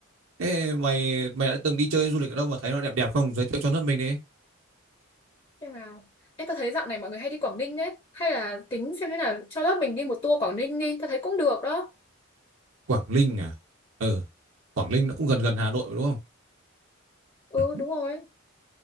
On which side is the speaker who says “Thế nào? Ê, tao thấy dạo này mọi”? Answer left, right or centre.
Left